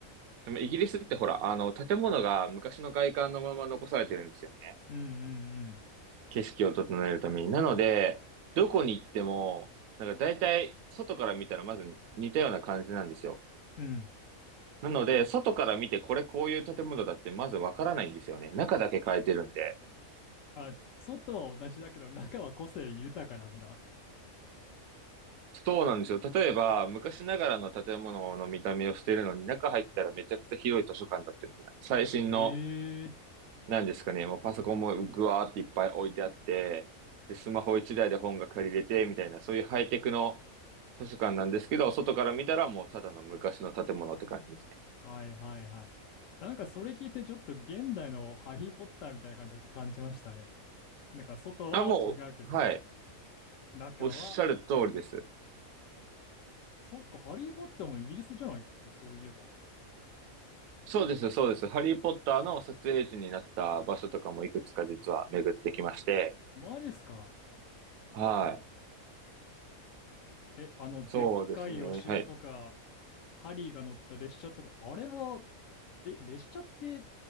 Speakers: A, on the right; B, on the left.
A: でもイギリスってほら、あの、建物が昔の外観のまま残されてるんですよね。
B: うんうんうん。
A: 景色を整えるために。なので、どこに行っても、なんか大体、外から見たらまず似たような感じなんですよ。
B: うん。
A: なので、外から見てこれこういう建物だってまずわからないんですよね。中だけ変えてるんで。
B: あ、外は同じだけど中は個性豊かなんだ。
A: そうなんですよ。例えば、昔ながらの建物の見た目をしているのに、中入ったらめちゃくちゃ広い図書館だったみたいな。最新の、
B: ええ
A: なんですかね、もうパソコンもぐわーっていっぱい置いてあって、で、スマホ一台で本が借りれて、みたいな、そういうハイテクの図書館なんですけど、外から見たらもうただの昔の建物って感じですね。
B: はいはいはい。なんかそれ聞いてちょっと現代のハリー・ポッターみたいな感じのこと感じましたね。なんか外は違うけど、
A: あ、もう、はい。
B: 中は、
A: おっしゃる通りです。
B: そっか、ハリー・ポッターもイギリスじゃないっけ、そういえば。
A: そうです、そうです。ハリー・ポッターの撮影地になった場所とかもいくつか実は巡ってきまして、
B: マジっすか。
A: はい。
B: え、あの、でっかいお城とか、
A: そうですね。はい。
B: ハリーが乗った列車とか、あれは、え、列車って